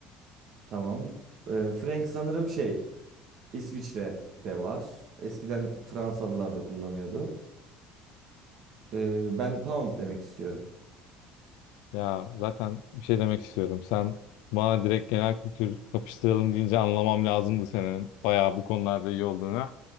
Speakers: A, on the right (about 55°); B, on the left (about 85°).
A: Tamam. Ee, Frank sanırım şey İsviçre de var. Eskiden Fransalılar da kullanıyordu. Ee, ben pound demek istiyorum.
B: Ya zaten bir şey demek istiyorum. Sen bana direkt genel kültür kapıştıralım deyince anlamam lazımdı senin bayağı bu konularda iyi olduğunu.